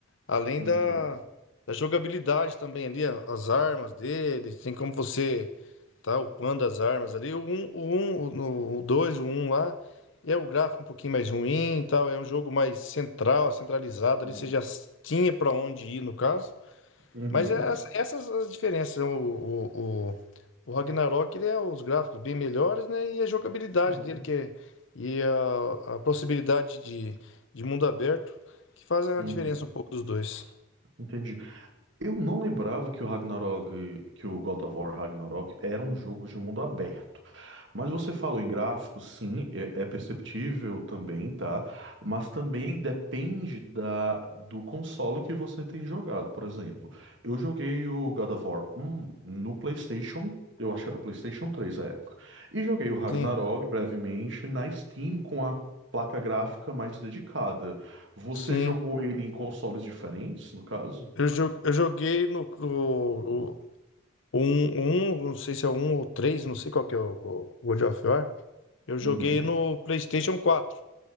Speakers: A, on the left; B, on the right.
A: Além
B: Uhum.
A: da, da jogabilidade também ali, a- as armas dele, tem como você tá upando as armas ali. O um o um, o no- o 2, o 1 lá, é o gráfico um pouquinho mais ruim e tal. É um jogo mais central, centralizado
B: Uhum.
A: ali. Você já tinha pra onde ir, no caso.
B: Uhum.
A: Mas é as- essas as diferenças. O, o, o, o Ragnarok, ele é os gráficos bem melhores, né? E a jogabilidade
B: Uhum.
A: dele, que é, e a, a possibilidade de, de mundo aberto, que fazem a
B: Uhum.
A: diferença um pouco dos dois.
B: Entendi. Eu não lembrava que o Ragnarok, que o God of War Ragnarok era um jogo de mundo aberto. Mas você falou em gráficos, sim, é, é perceptível também, tá? Mas também depende da, do console que você tem jogado. Por exemplo, eu joguei o God of War 1 no PlayStation, eu acho que era o PlayStation 3 à época, e joguei o Ragnarok
A: Sim,
B: brevemente na Steam com a placa gráfica mais dedicada. Você
A: sim.
B: jogou ele em consoles diferentes, no caso?
A: Eu, jo- eu joguei no, no- o, um, um, não sei se é o um ou três, não sei qual que é o, o God of War. Eu joguei
B: Uhum.
A: no PlayStation quatro